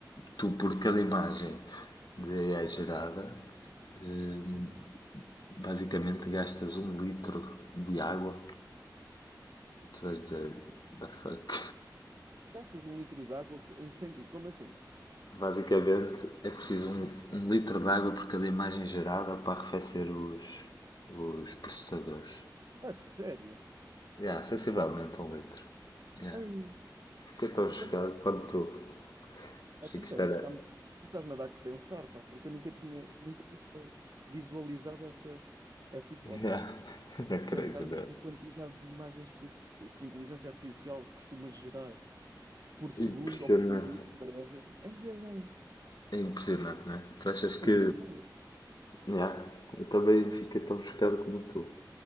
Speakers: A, on the left (about 70°); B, on the right (about 55°).
A: tu, por cada imagem de AI gerada, hum,
B: Uhum.
A: basicamente gastas um litro de água? Tu vais dizer, the fuck?
B: Gastas um litro de água co- em que sentido? Como assim?
A: Basicamente é preciso um, um litro de água por cada imagem gerada para arrefecer os, os processadores.
B: A sério?
A: Yeah, sensivelmente um litro. Yeah.
B: Ei,
A: Fiquei tão
B: então,
A: chocado
B: pera,
A: quanto tu. Achei
B: então,
A: que isto
B: pera,
A: era.
B: isto está-me- tu estás-me a dar que pensar, pá, porque eu nunca tinha, nunca tinha visualizado essa, essa hipótese.
A: Yeah. <laughs> Era
B: E se
A: crazy,
B: pensarmos
A: não é?
B: na quantidade de imagens que, os- que a inteligência artificial costuma gerar por segundo
A: Impressionante.
B: ou por minuto, whatever, aí é bem.
A: É impressionante, não é? Tu achas que.
B: Fazia eu.
A: Yeah. Eu também fiquei tão chocado como tu.